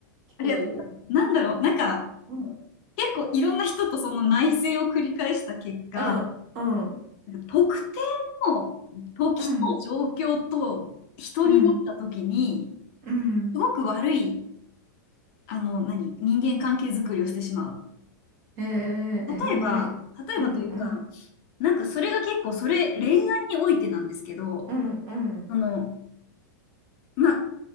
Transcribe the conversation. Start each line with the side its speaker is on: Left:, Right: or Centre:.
Right: 聞こえる。
Left: ありがとうございます。なんだろう、なんか、
Right: うん。
Left: 結構いろんな人とその内省を繰り返した結果、
Right: うん、うん、
Left: なんか特定の時と状況と人になった時に、
Right: うん、うん、うん。
Left: すごく悪い、あの、何、人間関係作りをしてしまう。
Right: えー、
Left: 例えば、
Right: えー、
Left: 例えばというか、
Right: うん、うん、
Left: なんかそれが結構、それ、恋愛においてなんですけど、
Right: うん、うん、
Left: その、まあ、